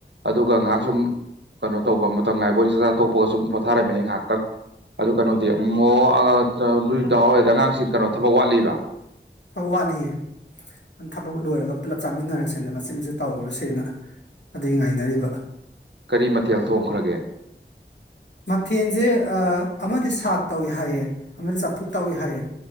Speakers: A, on the right (about 70°); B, on the left (about 70°).
A: ꯑꯗꯨꯒ ꯉꯥꯏꯍꯥꯛ ꯁꯨꯝ ꯀꯩꯅꯣ ꯇꯧꯕ ꯃꯇꯝ ꯉꯥꯏꯕ ꯑꯣꯏꯅ ꯆꯥꯆꯥꯊꯣꯛꯄꯒ ꯁꯨꯝ ꯄꯣꯊꯥꯔꯝꯃꯤꯅꯤ ꯉꯥꯏꯍꯥꯛꯇꯪ ꯑꯗꯨ ꯀꯩꯅꯣꯗꯤ ꯃꯣ ꯑꯥ ꯆꯥ ꯂꯨꯏꯗꯥꯍꯣꯏꯗ ꯑꯉꯥꯡꯁꯤꯡ ꯀꯩꯅꯣ ꯊꯕꯛ ꯋꯥꯠꯂꯤꯕ
B: ꯑꯧ ꯋꯥꯠꯂꯤꯌꯦ ꯊꯕꯛ ꯂꯣꯏꯔꯒ ꯄꯨꯜꯂꯞ ꯆꯥꯃꯤꯟꯅꯔꯁꯦꯅ ꯃꯆꯦꯠ ꯃꯆꯦꯠ ꯇꯧꯔꯨꯔꯁꯦꯅ ꯑꯗꯨꯒꯤ ꯉꯥꯏꯅꯔꯤꯕ
A: ꯀꯔꯤ ꯃꯊꯦꯜ ꯊꯣꯡꯈ꯭ꯔꯒꯦ
B: ꯃꯊꯦꯜꯁꯦ ꯑꯥ ꯑꯃꯗꯤ ꯁꯥꯛ ꯇꯧꯏ ꯍꯥꯏꯌꯦ ꯑꯃꯗꯤ ꯆꯝꯐꯨꯠ ꯇꯧꯏ ꯍꯥꯏꯌꯦ